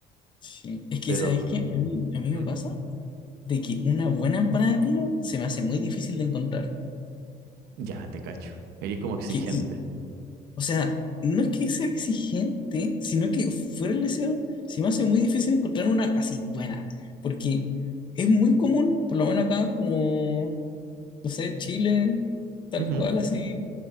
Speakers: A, on the left (about 30°); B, on the right (about 85°).
A: sí. Es que,
B: pero
A: ¿sabéis qué? A mí, a mí me
B: ¿Mm?
A: pasa de que una buena empanada de pino se me hace muy difícil de encontrar.
B: ya te cacho. Eres como exigente.
A: Que, y, o sea, no es que sea exigente, sino que fuera el deseo, se me hace muy difícil encontrar una así buena. Porque es muy común, por lo menos acá, como no sé, Chile, tal
B: Ujú,
A: cual, así.